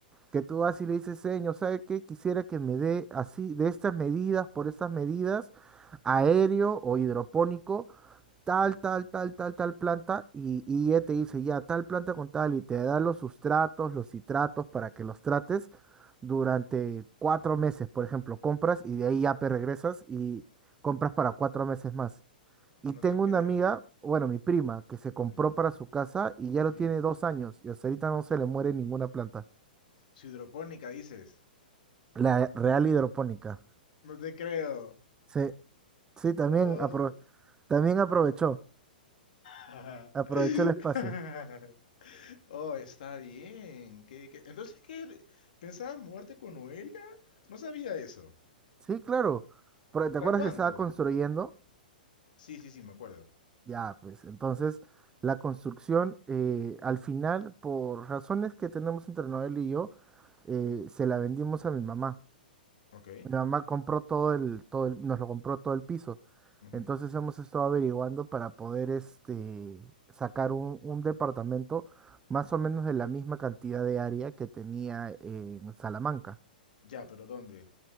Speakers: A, on the right (about 15°); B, on the left (about 60°).
A: que tú vas y le dices, señor, ¿sabes qué? Quisiera que me dé así, de estas medidas, por estas medidas, aéreo o hidropónico, tal, tal, tal, tal, tal planta, y, y ella te dice, ya, tal planta con tal, y te da los sustratos, los citratos para que los trates durante cuatro meses, por ejemplo, compras y de ahí ya te regresas y compras para cuatro meses más. Y
B: No
A: tengo
B: te creo.
A: una amiga, bueno, mi prima, que se compró
B: Sí,
A: para su casa y ya lo
B: sí.
A: tiene dos años y hasta ahorita no se le muere ninguna planta.
B: Su hidropónica, dices.
A: La real hidropónica.
B: No te creo.
A: Sí, sí, también,
B: Oh,
A: apro- también aprovechó,
B: <laughs>
A: aprovechó el espacio.
B: Oh, está bien. ¿Qué- qué? Entonces, ¿qué? ¿Pensabas mudarte con Noelia? No sabía eso.
A: Sí, claro, pero ¿te
B: ¿Para
A: acuerdas
B: cuándo?
A: que estaba construyendo?
B: Sí, sí, sí, me acuerdo.
A: Ya, pues entonces la construcción eh, al final, por razones que tenemos entre Noel y yo, eh, se la vendimos a mi mamá.
B: Ok.
A: Mi mamá compró todo el, todo el- nos lo compró todo el piso.
B: ujú.
A: Entonces hemos estado averiguando para poder este, sacar un, un departamento más o menos de la misma cantidad de área que tenía en Salamanca.
B: Ya, pero ¿dónde?